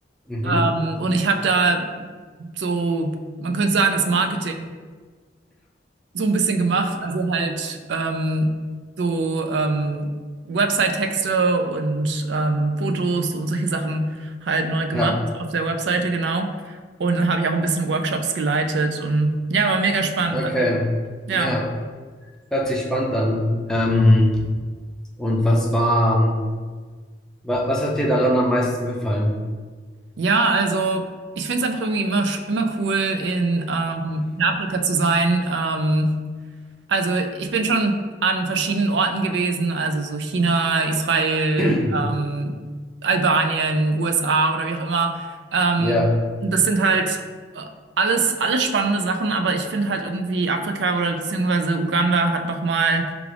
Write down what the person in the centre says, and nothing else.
Mhm.
Ja,
okay.
Ja, hört sich spannend an. Ähm, und was war, wa was hat dir daran am meisten gefallen?
<clears throat>
Ja,